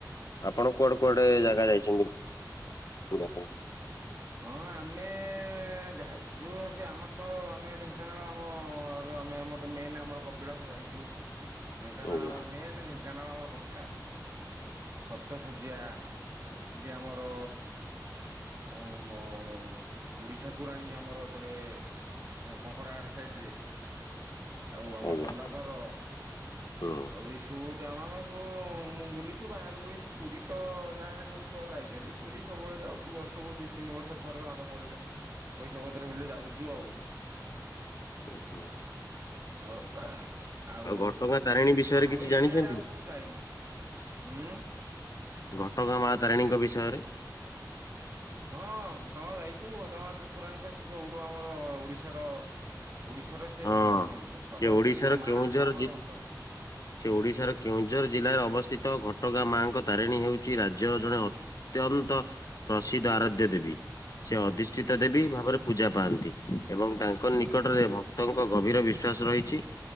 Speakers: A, on the left (about 55°); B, on the right (about 40°).
A: ଆପଣ କୁଆଡେ
B: ହୁଁ
A: କୁଆଡେ
B: ହୁଁ ହୁଁ
A: ଜାଗା
B: ଆ
A: ଯାଇଚନ୍ତି ବୁଲିଆ ପାଇଁ?
B: ହଁ ଆମେ ଯାଇଛୁ ସେ ଆମର ତ ଆମେ ଢେଙ୍କାନାଳ ଆମ ଆମେ ଆମର ମେନ ଆମର କପିଳାସ ଯାଇଚୁ। ଢେଙ୍କାନାଳ
A: ଆଜ୍ଞା
B: ଆମର ମେନ ଢେଙ୍କାନାଳ ଆମର କପିଳାସ। ସପ୍ତ ଶଯ୍ୟା ସେଠି ଆମର ଉ ବୁଢ଼ୀ ଠାକୁରାଣୀ ଆମର ଏପଟେ। ତେଣ କଙ୍କଡ଼ହାଡ଼ ସାଇଟ ରେ। ଆଉ ଆମ
A: ଆଜ୍ଞା
B: ଦଣ୍ଡାଧର
A: ହୁଁ। ହୁଁ,
B: ଆଉ ଟୁ ଡାମ ଆମେ ସବୁ ମୁଁ ବୁଲିଚୁ ବାହାରକୁ ସେ ପୁରୀ ତ ଯାହେଲେ ସବୁ ଛୁଆ ଯାଇଚନ୍ତି। ପୁରୀ ସବୁବେଳେ ଯାଉଚୁ ବର୍ଷକୁ ଦି ତିନି ବର୍ଷ ଥରେ ଭାଗ ପଡ଼ିଲେ ପଇସା ପତ୍ର ହେଲେ ଯାଉଚୁ ଆଉ।
A: ହୁ ହୁଁ।
B: ଆଉ ଆଉ
A: ଘଟଗାଁ ତାରିଣୀ ବିଷୟରେ
B: ଆଉ
A: କିଛି
B: ଏତେ
A: ଜାଣିଛନ୍ତି?
B: ଆଡେ ଆଉ ହବୁ ଯାଇନୁ। ଉଁ।
A: ଘଟଗାଁ ମା ତାରିଣୀଙ୍କ ବିଷୟରେ।
B: ହଁ ଘଟଗାଁ ଯାଇଛୁ। ଘଟଗାଁ ଠାକୁରାଣୀ ତ ସେ ସବୁଠୁ ଆମର ଓଡ଼ିଶାର ଓଡ଼ିଶାର ସେ
A: ହଁ।
B: ସର୍ବଶ୍ରେଷ୍ଠ
A: ସେ ଓଡିଶାର କେଉଁଝର
B: ମା ହେଲେ ଆମର
A: ଜି
B: ଘଟଗାଁ।
A: ସେ ଓଡ଼ିଶାର କେଉଁଝର ଜିଲ୍ଲାରେ ଅବସ୍ଥିତ ଘଟଗାଁ ମାଙ୍କ ତାରିଣୀ ହେଉଚି ରାଜ୍ୟର ଜଣେ ଅତ୍ୟନ୍ତ ପ୍ରସିଦ୍ଧ ଆରାଧ୍ୟ ଦେବୀ। ସେ ଅଧି ଷ୍ଟିତ
B: ହୁଁ ହୁଁ
A: ଦେବୀ
B: ହୁଁ
A: ଭାବରେ ପୂଜା ପାଆନ୍ତି। ଏବଂ ତାଙ୍କ
B: ହୁଁ
A: ନିକଟରେ ଭ ଲୋକଙ୍କ ଗଭୀର ବିଶ୍ୱାସ ରହିଚି।